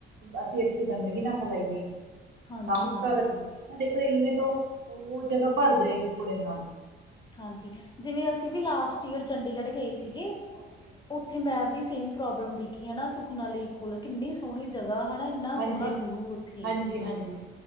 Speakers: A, on the right; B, on the left.
A: ਅਸੀਂ ਇੱਥੇ ਗੰਦਗੀ ਨਾ ਫੈਲਾਈਏ
B: ਹਾਂਜੀ
A: ਸਾਫ਼ ਸੁਥਰਾ
B: ਹਾਂਜੀ
A: ਰੱਖੀਏ ਹਨਾ ਦੇਖੋ ਇਵੇਂ ਤੋਂ ਉਹ ਜਗ੍ਹਾ ਭਰ ਜਾਏਗੀ ਕੂੜੇ ਨਾਲ
B: ਹਾਂਜੀ ਜਿਵੇਂ ਅਸੀਂ ਵੀ ਲਾਸਟ ਈਅਰ ਚੰਡੀਗੜ੍ਹ ਗਏ ਸੀਗੇ
A: ਓਕੇ <inaudible>
B: ਉੱਥੇ ਮੈਂ ਵੀ ਸੇਮ ਪ੍ਰੋਬਲਮ ਦੇਖੀ ਆ ਨਾ ਸੁਖਨਾ ਲੇਕ ਕੋਲ ਕਿੰਨੀ ਸੋਹਣੀ ਜਗ੍ਹਾ ਹਨਾ ਇੰਨਾ
A: ਹਾਂਜੀ,
B: ਸੋਹਣਾ ਵਿਊ ਉੱਥੇ।
A: ਹਾਂਜੀ, ਹਾਂਜੀ।